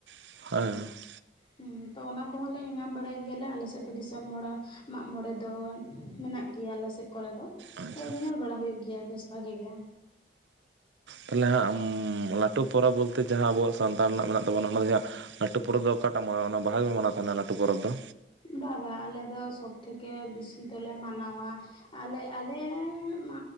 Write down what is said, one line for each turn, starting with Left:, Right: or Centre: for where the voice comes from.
Right: <inaudible>
Left: ᱦᱩᱸ ᱛᱚ ᱚᱱᱟ ᱠᱚᱦᱚᱸ ᱞᱮ ᱧᱮᱧᱟᱢ ᱵᱟᱲᱟᱭ, ᱜᱮᱭᱟ ᱞᱮ ᱟᱞᱮ ᱥᱮᱫ ᱫᱚ ᱫᱤᱥᱚᱢ ᱢᱚᱬᱮ ᱢᱟᱜ ᱢᱚᱬᱮ ᱫᱚ ᱢᱮᱱᱟᱜ ᱜᱮᱭᱟ ᱟᱞᱮ ᱥᱮᱫ ᱠᱚᱨᱮ ᱫᱚ ᱾
Right: ᱟᱪᱪᱷᱟ
Left: ᱛᱚ ᱧᱮᱞ ᱵᱟᱲᱟ ᱦᱳᱭᱳᱜ ᱜᱮᱭᱟ ᱵᱮᱥ ᱵᱷᱟᱜᱮ ᱜᱮ,
Right: ᱛᱟᱦᱞᱮ ᱦᱟᱸᱜ ᱞᱟᱹᱴᱩ ᱯᱚᱨᱚᱵᱽ ᱵᱚᱞ ᱛᱮ ᱡᱟᱦᱟᱸ ᱟᱵᱚᱣᱟᱜ ᱥᱟᱱᱛᱟᱲ ᱨᱮᱱᱟᱜ ᱢᱮᱱᱟᱜ ᱛᱟᱵᱚᱱᱟ ᱚᱱᱟ ᱫᱚ ᱦᱟᱸᱜ ᱞᱟᱹᱴᱩ ᱯᱚᱨᱚᱵᱽ ᱫᱚ ᱚᱠᱟᱴᱟᱜ ᱢᱟᱲᱟᱝ ᱚᱱᱟ ᱵᱟᱦᱟ ᱜᱮ ᱢᱟᱱᱟᱣ ᱛᱟᱦᱮᱱᱟ ᱞᱟᱹᱴᱩ ᱯᱚᱨᱚᱵᱽ ᱫᱚ
Left: ᱵᱟ ᱵᱟ ᱟᱞᱮ ᱫᱚ ᱥᱚᱵᱽ ᱛᱷᱮᱠᱮ ᱵᱤᱥᱤ ᱫᱚᱞᱮ ᱢᱟᱱᱟᱣᱟ ᱟᱞᱮ ᱟᱞᱮ ᱢᱟ